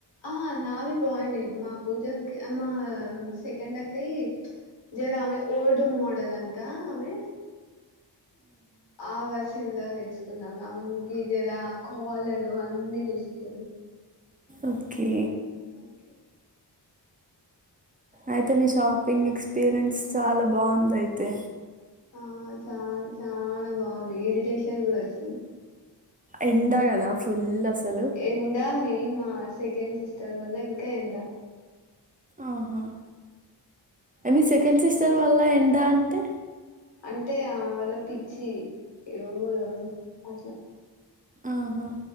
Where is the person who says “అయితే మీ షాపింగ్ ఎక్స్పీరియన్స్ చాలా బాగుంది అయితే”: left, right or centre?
Right